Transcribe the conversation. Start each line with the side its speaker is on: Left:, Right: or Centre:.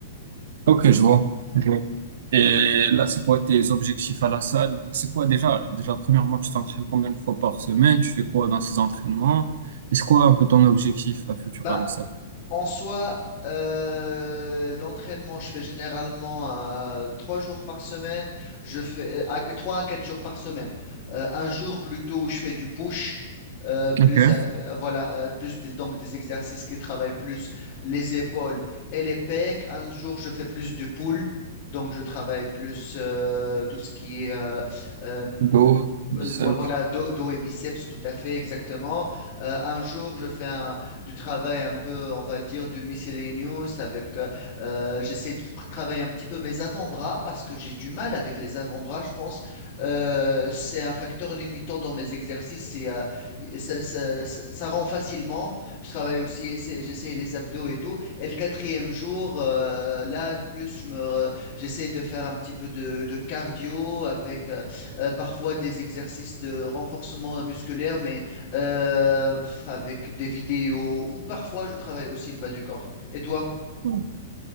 Right: Ok, je vois. Je vois. Et là, c'est quoi tes objectifs à la salle? C'est quoi déjà, déjà, premièrement, tu t'entraînes combien de fois par semaine? Tu fais quoi dans ces entraînements? Et c'est quoi un peu ton objectif, la future
Left: Bah,
Right: à la salle?
Left: En soi, euh, l'entraînement, je fais généralement euh, trois jours par semaine. Je fais euh, à- trois à quatre jours par semaine. Euh, un jour plutôt où je fais du push, euh, plus
Right: Ok.
Left: av- euh, voilà, euh, plus des, donc des exercices qui travaillent plus les épaules et les pecs. Un jour, je fais plus du pull, donc je travaille plus euh, tout ce qui est euh, euh,
Right: Go, biceps.
Left: euh, voilà dos, dos et biceps, tout à fait exactement. Euh, un jour, je fais un du travail un peu, on va dire, du miscellaneous avec, euh, euh, j'essaie de tra- travailler un petit peu mes avant-bras parce que j'ai du mal avec les avant-bras, je pense. Euh, c'est un facteur limitant dans mes exercices et euh, et ça, ça- ça- ça rend facilement. Je travaille aussi, essaie- j'essaie les abdos et tout. Et le quatrième jour, euh, là, plus je me, euh, j'essaie de faire un petit peu de, de cardio avec euh, euh, parfois des exercices de renforcement musculaire, mais euh, avec des vidéos ou parfois je travaille aussi le bas du corps. Et toi,
Right: Mm.